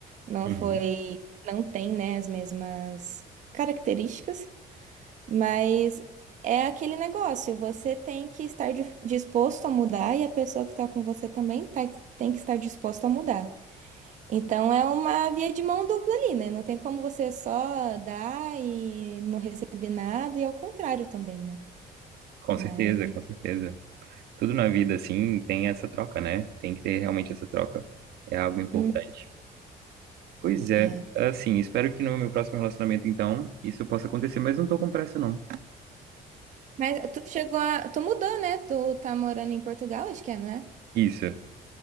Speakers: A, on the right; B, on the right.
A: não
B: Uhum.
A: foi, não tem, né, as mesmas características. Mas é aquele negócio, você tem que estar di- disposto a mudar e a pessoa que está com você também tá- tem que estar disposta a mudar. Então é uma via de mão dupla ali, né? Não tem como você só dar e não receber nada, e ao contrário também, né?
B: Com
A: Mas.
B: certeza, com certeza. Tudo na vida, assim, tem essa troca, né? Tem que ter realmente essa troca. É algo importante.
A: Hum,
B: Pois é,
A: é.
B: assim, espero que no meu próximo relacionamento, então, isso possa acontecer, mas não tô com pressa, não.
A: Mas tu chegou a. Tu mudou, né? Tu tá morando em Portugal, acho que é, não é?
B: Isso,